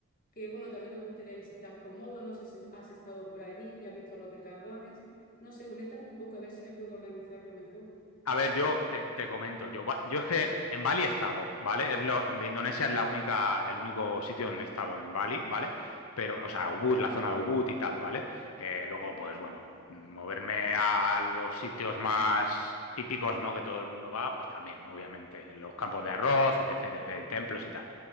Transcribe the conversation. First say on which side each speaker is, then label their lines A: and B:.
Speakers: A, on the left; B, on the left.
A: que bueno, también nos gustaría visitar Komodo, no sé si has estado por allí y has visto los dragones. No sé, coméntame un poco a ver si me puedo organizar yo mejor.
B: A ver, yo te, te comento, yo, ba- yo es que en Bali he estado, ¿vale? Es lo- de Indonesia es la única, el único sitio donde he estado en Bali, ¿vale? Pero, o sea, Ubud, la zona de Ubud y tal, ¿vale? Eh, luego, pues bueno, moverme a los sitios más típicos, ¿no? Que todo el mundo va, pues también, obviamente, en los campos de arroz, etc, etc, y templos y tal.